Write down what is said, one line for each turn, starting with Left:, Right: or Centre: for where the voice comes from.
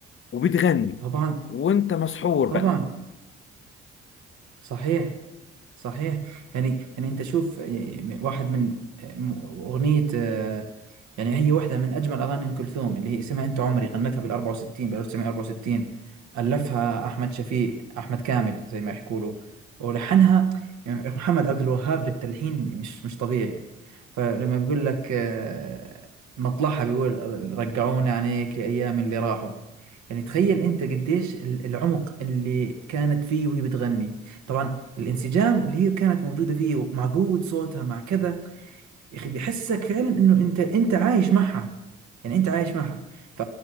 Left: وبتغني
Right: طبعا
Left: وانت مسحور
Right: طبعا
Left: بقى
Right: صحيح صحيح يعني يعني انت شوف آه، واحد من آه، م- اغنية آه، يعني هي واحدة من أجمل أغاني أم كلثوم اللي هي اسمها أنت عمري غنتها بال 64 بال 1964 ألفها أحمد شفيق أحمد كامل زي ما يحكوا له ولحنها يعني محمد عبد الوهاب بالتلحين مش مش طبيعي يعني فلما بيقول لك آه، مطلعها بيقول رجعوني عليك لأيام اللي راحوا يعني تخيل أنت قديش ال- العمق اللي كانت فيه وهي بتغني طبعا الانسجام اللي هي كانت موجودة فيه مع قوة صوتها مع كذا يا اخي بيحسسك فعلا انه انت انت عايش معها يعني انت عايش معها ف